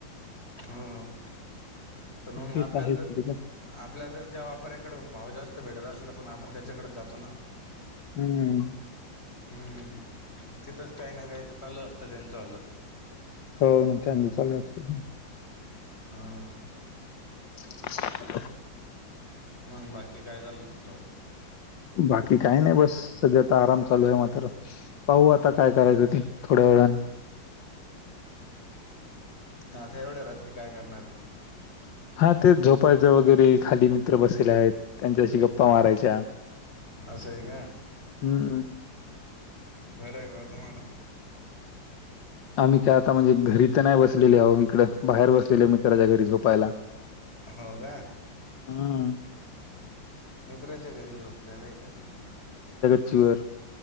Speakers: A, on the left (about 30°); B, on the left (about 70°).
A: हम्म. म्हणून
B: ते
A: आपल्याल
B: तर आहेच
A: आपल्याला
B: त्याच्यात.
A: जर आपल्या जेव्हा ऱ्याकडे भाव जास्त भेटत असल, पण आपण त्याच्याकडेच जातो ना.
B: हम्म.
A: हम्म. तिथंच काही ना काही तर चालू असतं त्यांचं आलं.
B: हो न त्यांचा लय असतो.
A: हा.
B: <inaudible>
A: मग बाकी काय चाललं तुमचंवालं
B: बाकी काही नाही बस. सध्या आता आराम चालू आहे. मात्र पाहू आता काय करायचं हो ते थोड्या वेळा
A: आता एवढ्या रात्री काय करणार तुम्ही?
B: हा तेच झोपायचं वगैरे. ते खाली मित्र बसले आहेत. त्यांच्याशी गप्पा मारायच्या
A: असय का?
B: हम्म
A: बरं आहे बा तुम्हाला.
B: आम्ही काय आता म्हणजे घरी तर नाही बसलेले आहो. इकडं बाहेर बसलेले मित्राच्या घरी झोपायला.
A: हो कामित्राच्या
B: हम्म
A: घरी झोपले होय का तुम्ही?
B: शुअर.